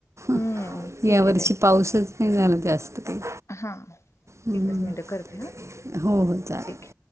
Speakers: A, on the left (about 80°); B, on the right (about 90°).
A: हम्म
B: <inaudible>
A: ठीक
B: या
A: आहे
B: वर्षी
A: ताई
B: पाऊसच नाही झाला जास्त काही.
A: हा
B: हम्म
A: एकच मिनिटं करते हा
B: हो- हो चालेल.
A: ठीक आहे